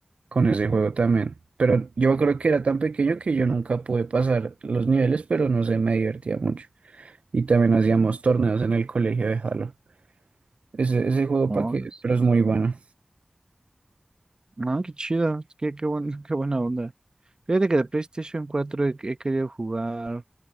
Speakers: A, on the right; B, on the right.
A: con ese juego también, pero yo creo que era tan pequeño que yo nunca pude pasar los niveles, pero no sé, me divertía mucho, y también hacíamos torneos en el colegio de Halo. Ese, ese juego
B: ¿no?
A: para que,
B: Los-
A: pero es muy bueno.
B: No, qué chido, qué qué buen- <laughs> qué buena onda. Fíjate que de PlayStation cuatro he, he querido jugar